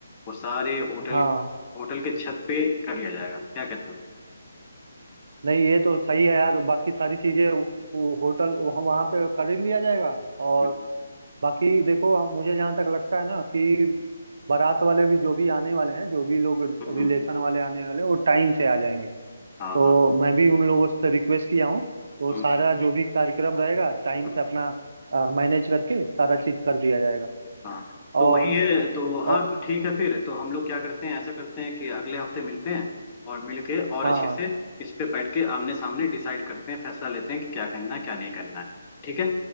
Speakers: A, on the left; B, on the right.
A: वो सारे होटल
B: हाँ
A: होटल के छत पे कर लिया जाएगा क्या कहते हो
B: नहीं ये तो सही है यार बाकी सारी चीजें वो, वो होटल वहाँ वहाँ पे कर ही लिया जाएगा और
A: हम्म
B: बाकी देखो हम- मुझे जहाँ तक लगता है ना कि बारात वाले भी जो भी आने वाले हैं जो भी लोग
A: हम्म
B: रिलेशन
A: हम्म,
B: वाले आने वाले हैं वो टाइम से आ जाएंगे तो
A: हाँ हाँ
B: मैं भी उन लोगों से रिक्वेस्ट किया हूँ तो
A: हम्म
B: सारा जो भी कार्यक्रम रहेगा टाइम
A: हम्म।
B: से अपना मैनेज करके सारा चीज कर दिया जाएगा
A: हाँ
B: और
A: तो वही है तो हाँ
B: और
A: तो ठीक है फिर तो हम लोग क्या करते हैं ऐसा करते हैं कि अगले हफ्ते मिलते हैं और मिल के और
B: हाँ
A: अच्छे से इस पे बैठ के आमने सामने डिसाइड करते हैं फैसला लेते हैं कि क्या करना है क्या नहीं करना है ठीक है